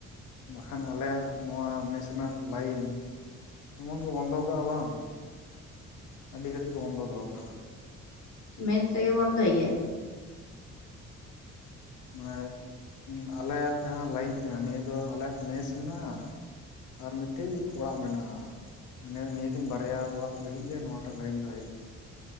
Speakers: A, on the left (about 80°); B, on the left (about 60°).
A: ᱵᱟᱠᱷᱟᱱ ᱟᱞᱮᱭᱟᱜ ᱱᱚᱣᱟ ᱢᱮᱥ ᱨᱮᱱᱟᱜ ᱞᱟᱭᱤᱱ ᱮᱢᱚᱱ ᱠᱚ ᱵᱚᱱᱫᱚ ᱠᱟᱜᱼᱟ ᱵᱟᱝ ᱟᱹᱰᱤ ᱜᱷᱟᱹᱲᱤᱡ ᱠᱚ ᱵᱚᱱᱫᱚ ᱫᱚᱦᱚ ᱠᱟᱜᱼᱟ
B: ᱢᱮᱥ ᱨᱮᱜᱮ ᱵᱚᱱᱫᱚᱭ ᱜᱮᱭᱟ
A: ᱢᱟᱱᱮ ᱟᱞᱮᱭᱟᱜ ᱡᱟᱦᱟᱸ ᱞᱟᱭᱤᱱ ᱠᱟᱱᱟ ᱱᱤᱭᱟᱹ ᱫᱚ ᱟᱞᱮᱭᱟᱜ ᱢᱮᱥ ᱢᱮᱱᱟᱜᱼᱟ ᱟᱨ ᱢᱤᱫᱴᱤᱡ ᱚᱲᱟᱜ ᱢᱮᱱᱟᱜᱼᱟ ᱢᱟᱱᱮ ᱱᱤᱭᱟᱹᱠᱤᱱ ᱵᱟᱨᱭᱟ ᱚᱲᱟᱜ ᱞᱟᱹᱜᱤᱫ ᱜᱮ ᱱᱚᱣᱟᱴᱟᱜ ᱞᱟᱭᱤᱱ ᱫᱚ ᱦᱮᱡ ᱠᱟᱱᱟ